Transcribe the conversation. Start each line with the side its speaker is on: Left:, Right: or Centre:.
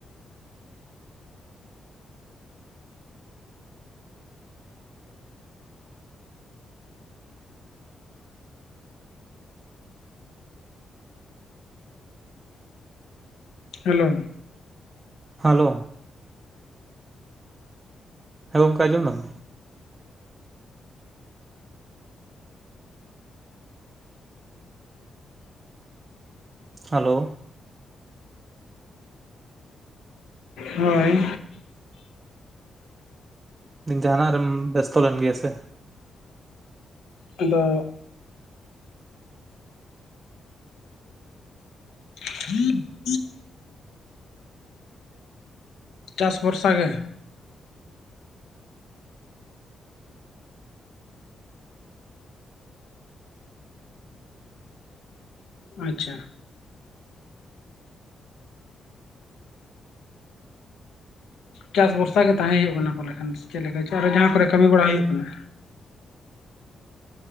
Left: ᱦᱮᱞᱳ
Right: ᱦᱮᱞᱳ ᱦᱮᱸ ᱜᱚᱝᱠᱮ ᱟᱡᱚᱢᱫᱟᱢ᱾ ᱦᱮᱞᱳ
Left: ᱦᱳᱭ
Right: ᱫᱤᱱ ᱡᱟᱦᱟᱱᱟᱼᱜ ᱨᱮᱢ ᱵᱮᱥᱛᱚ ᱞᱮᱱ ᱜᱮᱭᱟ ᱥᱮ᱾
Left: ᱟᱫᱚ <inaudible> ᱪᱟᱥ ᱵᱷᱚᱨᱥᱟ ᱜᱮ᱾ ᱟᱪᱪᱷᱟ ᱪᱟᱥ ᱵᱷᱚᱨᱥᱟ ᱜᱮ ᱛᱟᱦᱮᱸ ᱦᱩᱭᱩᱜ ᱠᱟᱱᱟ᱾ ᱯᱟᱞᱮ ᱠᱷᱟᱱ ᱪᱮᱫ ᱞᱮᱠᱟ ᱪᱚ ᱟᱨᱚ ᱡᱟᱦᱟᱸ ᱠᱚᱨᱮ ᱠᱟᱹᱢᱤ ᱵᱟᱲᱟ᱾ ᱦᱩᱭᱩᱜ ᱠᱟᱱᱟ